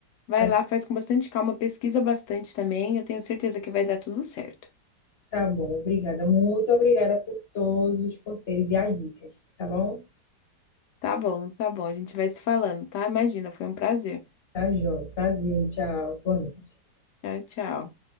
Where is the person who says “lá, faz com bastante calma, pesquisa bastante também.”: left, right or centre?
Left